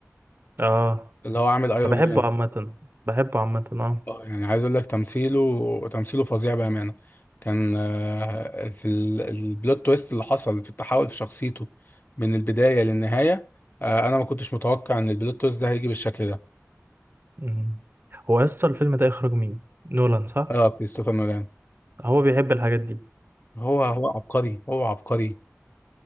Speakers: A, on the right; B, on the left.
A: اه
B: اللي هو عامل ايرون
A: انا بحبه
B: مان
A: عامة بحبه عامة اه
B: آه، يعني عايز اقول لك تمثيله تمثيله فظيع بامانه كان آه، في ال- البلوت تويست اللي حصل في التحول في شخصيته من البدايه للنهايه آه، انا ما كنتش متوقع ان البلوت تويست ده هيجي بالشكل ده
A: مم. هو يا اسطى الفيلم ده اخراج مين نولان صح
B: اه كريستوفر نولان
A: هو بيحب الحاجات دي
B: هو هو عبقري هو عبقري